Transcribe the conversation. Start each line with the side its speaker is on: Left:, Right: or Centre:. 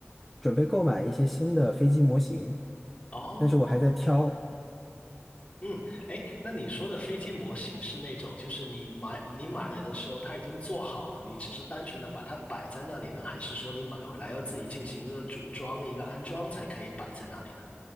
Centre: 准备购买一些新的飞机模型，
Left: 哦，
Centre: 但是我还在挑。
Left: 嗯，哎，那你说的飞机模型是那种，就是你买你买来的时候它已经做好了，你只是单纯的把它摆在那里呢，还是说你买回来要自己进行一个组装、一个安装才可以摆在那里呢？